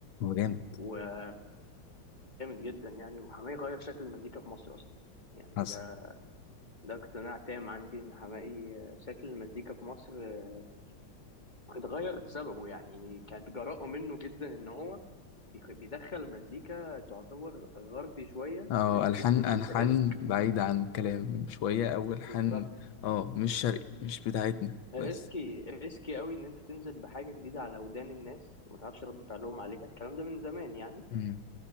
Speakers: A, on the left; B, on the left.
A: جامد
B: وجامد جدا يعني وحماقي غير شكل المزيكا في مصر اصلا يعني
A: حصل
B: ده ده اقتناع تام عندي ان حماقي آه، شكل المزيكا في مصر آه، اتغير بسببه يعني كانت جراءة منه جدا ان هو بيخ- بيدخل مزيكا تعتبر غربي شوية
A: اه
B: ان انت
A: ألحان
B: تنزل
A: ألحان
B: ريسك
A: بعيدة عن كلام شوية أو ألحان
B: بالظبط
A: اه مش شرقي مش بتاعتنا
B: ريسكي
A: بس
B: ريسكي قوي ان انت تنزل بحاجة جديدة على ودان الناس ما تعرفش رد فعلهم عليها الكلام ده من زمان يعني
A: مم.